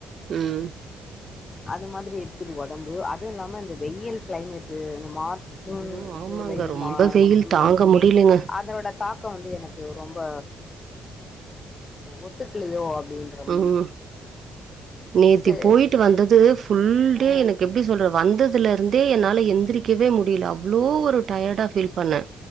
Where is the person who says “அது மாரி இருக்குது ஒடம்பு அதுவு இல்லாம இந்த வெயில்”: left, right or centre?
Left